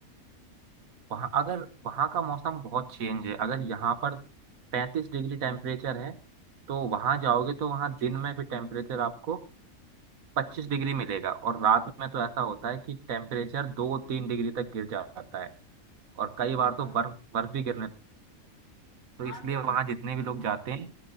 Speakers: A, on the right; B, on the left.
A: वहाँ अगर वहाँ का मौसम बहुत चेंज है अगर यहाँ पर पैंतीस डिग्री टेम्परेचर है तो वहाँ जाओगे तो वहाँ दिन में भी टेम्परेचर आपको पच्चीस डिग्री मिलेगा और रात में तो ऐसा होता है कि टेम्परेचर दो तीन डिग्री तक गिर जाता है और कई
B: अच्छा
A: बार तो बर्फ बर्फ भी गिरने तो
B: हाँ
A: इसलिए
B: बेस
A: वहां जितने भी लोग जाते हैं